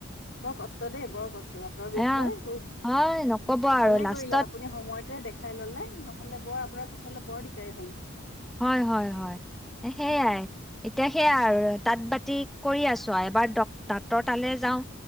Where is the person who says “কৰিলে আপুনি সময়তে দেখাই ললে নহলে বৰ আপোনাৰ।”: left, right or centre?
Left